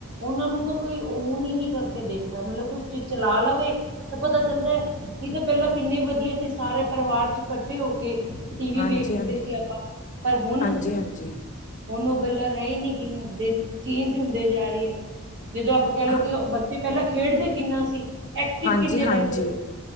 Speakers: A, on the right; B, on the left.
A: ਉਹਨਾਂ ਨੂੰ ਤਾਂ ਕੋਈ ਓਨ ਹੀ ਨਹੀਂ ਕਰਕੇ ਦੇਖਦਾ ਮਤਲਬ ਕੋਈ ਜੇ ਚਲਾ ਲਵੇ ਤਾਂ ਪਤਾ ਚੱਲਦਾ, ਨਈ ਤੇ ਪਹਿਲਾਂ ਕਿੰਨੇ ਵਧੀਆ ਸੀ ਸਾਰੇ ਪਰਿਵਾਰ ਚ ਕੱਠੇ ਹੋ ਕੇ ਟੀ ਵੀ
B: ਹਾਂਜੀ
A: ਵੇਖਦੇ
B: ਹਾਂਜੀ
A: ਸੀ ਆਪਾਂ, ਪਰ ਹੁਣ
B: ਹਾਂਜੀ ਹਾਂਜੀ
A: ਹੁਣ ਉਹ ਗੱਲਾਂ ਰਹਿ ਨਹੀਂ ਗਈਆਂ, ਦਿਨ ਚੇਂਜ ਹੁੰਦੇ ਜਾ ਰਹੇ ਹੈ ਜਦੋਂ ਆਪਾਂ ਕਹਿਲਓ,
B: ਹਾਂ
A: ਕਿ ਬੱਚੇ ਪਹਿਲਾਂ ਖੇਡਦੇ ਕਿੰਨਾ ਸੀ ਐਕਟਿਵ
B: ਹਾਂਜੀ
A: ਕਿੰਨੇ
B: ਹਾਂਜੀ
A: ਰਹਿੰਦੇ ਸੀ